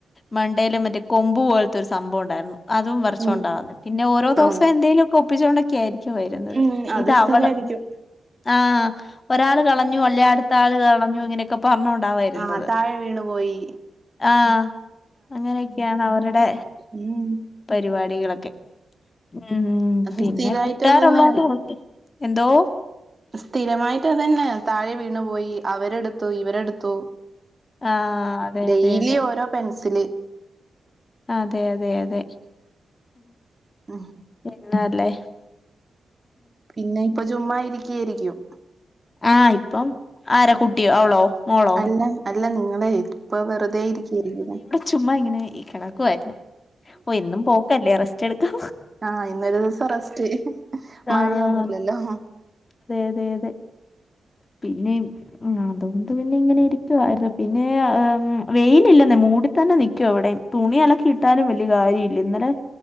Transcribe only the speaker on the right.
ഉം
ആഹ്
ഉം അത്
സ്ഥിരായിരിക്കും
ആഹ് താഴെ വീണു പോയി
ഉ ഉ
അത്
സ്ഥിരായിട്ട്
അതന്നെ
സ്ഥിരമായിട്ട് അതന്നെ, താഴെ വീണു പോയി അവരെടുത്തു ഇവരെടുത്തു.
ഡെയിലി
ഓരോ പെൻസില്.
ഉം.
പിന്നെ ഇപ്പ ചുമ്മാ ഇരിക്കായിരിക്കും.
അല്ല അല്ല നിങ്ങള് ഇപ്പ വെറുതെ ഇരിക്കരിക്കുലെ?
ആഹ, ഇന്നൊരു ദിവസം റസ്റ്റ് മഴയൊന്നുല്ലല്ലോ.